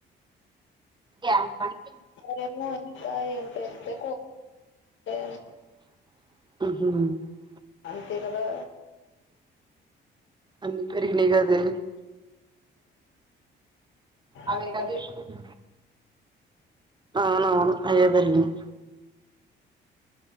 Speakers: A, on the right; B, on the left.
A: గ్యాస్ బాండ్
B: మరేమో ఇంకా ఏం పెరుతే <inaudible>
A: ఆహ
B: అంతే కదా
A: అన్ని పెరిగినయి కదే అవి
B: అవే
A: ఇంకా
B: కదా
A: పెంచుతుంది
B: ఇప్పుడు
A: అవునవును అయ్యే పెరిగినాయి